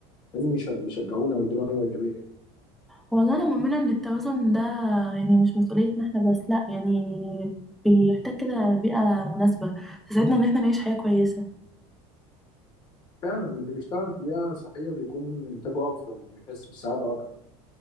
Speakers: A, on the left (about 35°); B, in the centre.
A: لازم يش- يشجعونا ويدونا طاقة إيجابية
B: والله أنا مؤمنة إن التوازن ده يعني مش مسؤوليتنا احنا بس لأ يعني بيحتاج كده بيئة مناسبة تساعدنا إن احنا نعيش حياة كويسة
A: فعلا واللي بيشتغل في بيئة صحية بيكون إنتاجه أفضل وبيحس بالسعادة أكتر